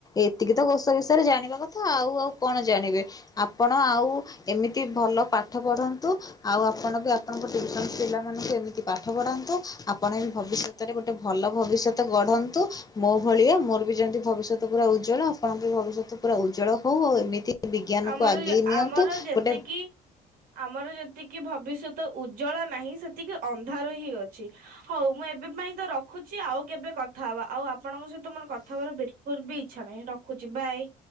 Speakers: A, on the left; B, on the right.
A: ଏତିକି ତ କୋଷ ରେ ଜାଣିବା କଥା ଆଉ, ଆଉ କଣ ଜାଣିବେ। ଆପଣ ଆଉ ଏମିତି ଭଲ ପାଠ ପଢ଼ନ୍ତୁ। ଆଉ ଆପଣ ବି ଆପଣଙ୍କ ଟ୍ୟୁସନ ପିଲା ମାନଙ୍କୁ ଏମିତି ପାଠ ପଢ଼ାନ୍ତୁ। ଆପଣ ବି ଭବିଷ୍ୟତ ରେ ଗୋଟେ ଭଲ ଭବିଷ୍ୟତ ଗଢନ୍ତୁ, ମୋ ଭଳିଆ ମୋର ବି ଯେମିତି ଭବିଷ୍ୟତ ପୁରା ଉଜ୍ଜ୍ୱଳ। ଆପଣଙ୍କ ବି ଭବିଷ୍ୟତ ପୁରା ଉଜ୍ଜଳ ହଉ। ଆଉ ଏମିତି ବିଜ୍ଞାନକୁ
B: ଆମର-ଆମର
A: ଆଗେଇ ନିଅନ୍ତୁ
B: ଯେତିକି
A: ଗୋଟେ
B: ଆମର ଯେତିକି ଭବିଷ୍ୟତ ଉଜ୍ଜଳ ନାହିଁ ସେତିକି ଅନ୍ଧାର ହିଁ ଅଛି। ହଉ ମୁଁ ଏବେ ପାଇଁ ତ ରଖୁଛି ଆଉ କେବେ କଥା ହବା। ଆଉ ଆପଣଙ୍କ ସହିତ ମୋର କଥା ହବାର ବି ଲକୁଲ୍ ବି ଇଚ୍ଛା ନାହିଁ ରଖୁଚି ବାଏ।